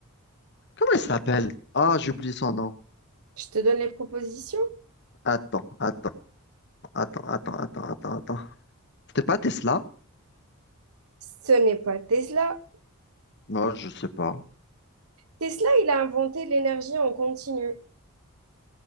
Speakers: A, on the left; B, on the right.
A: Comment il s'appelle? Ah, j'ai oublié son nom.
B: je te donne les propositions.
A: Attends, attends, attends, attends, attends, attends, attends. C'était pas Tesla?
B: Ce n'est pas Tesla.
A: Moi, je sais pas.
B: Tesla, il a inventé l'énergie en continu.